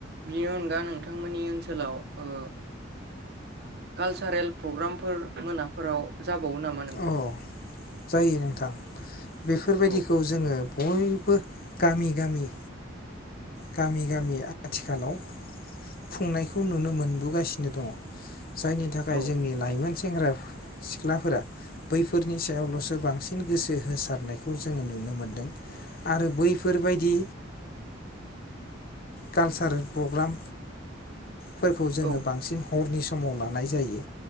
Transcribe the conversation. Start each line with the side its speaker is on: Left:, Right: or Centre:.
Right: बिनि अनगा नोंथांमोननि ओनसोलाव ओ कालसारेल प्रग्रामफोर मोनाफोराव जाबावो नामा नोंथां?
Left: अ जायो नोंथां बेफोरबायदिखौ
Right: औ
Left: जोङो बयबो गामि गामि गामि गामि आथिखालाव खुंनायखौ नुनो मोनबोगासिनो दङ जायनि थाखाय
Right: औ
Left: जोंनि लाइमोन सेंग्रा सिख्लाफोरा बैफोरनि सायावलसो बांसिन गोसो होसारनायखौ जोङो नुनो मोनदों आरो बैफोर बायदि कालचारेल प्रग्राम फोरखौ जोङो
Right: औ
Left: बांसिन हरनि स समाव नानाय जायो।